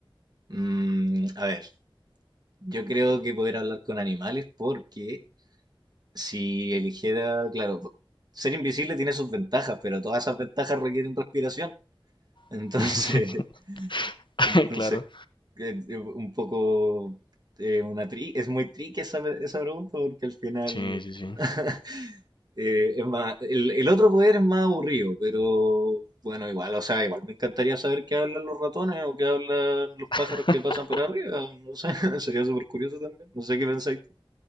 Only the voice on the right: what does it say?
Mm, a ver, yo creo que poder hablar con animales porque si eligiera, claro, po- ser invisible tiene sus ventajas, pero todas esas ventajas requieren respiración. Entonces,
<laughs> entonces
eh, eh, un poco eh, una tri es muy tricky esa, esa pregunta porque al final
<laughs> Eh, es más, el, el otro poder es más aburrido, pero bueno, igual, o sea, igual me encantaría saber qué hablan los ratones o qué hablan los pájaros
que pasan por arriba. No sé, <laughs> sería súper curioso también. No sé qué pensáis tú.